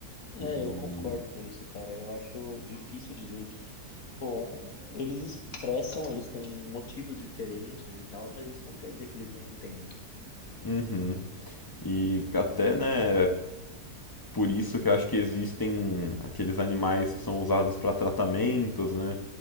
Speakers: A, on the left (about 60°); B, on the left (about 15°).
A: É,
B: E,
A: eu concordo com isso, cara. Eu acho difícil dizer que, bom eles expressam, eles têm motivos diferentes e tal, mas isso não quer dizer que eles não tenham.
B: uhum. E até, né, Por isso que eu acho que existem aqueles animais que são usados para tratamentos, né?